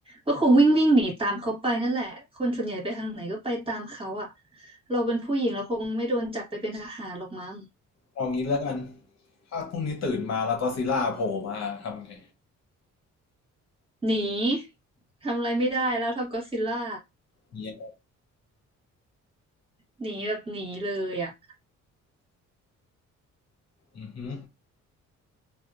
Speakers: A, on the right (about 20°); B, on the left (about 60°).
A: ก็คงวิ่งวิ่งหนีตามเขาไปนั่นแหละคนส่วนใหญ่ไปทางไหนก็ไปตามเขาอ่ะเราเป็นผู้หญิงเราคงไม่โดนจับไปเป็นทหารหรอกมั้ง
B: เอางี้แล้วกันถ้าพรุ่งนี้ตื่นมาแล้วก็อดซิลล่าโผล่มาทำไง
A: หนีทำอะไรไม่ได้แล้วเท่าก็อดซิลล่า
B: เงี้ย
A: หนีแบบหนีเลยอ่ะ
B: อือฮึ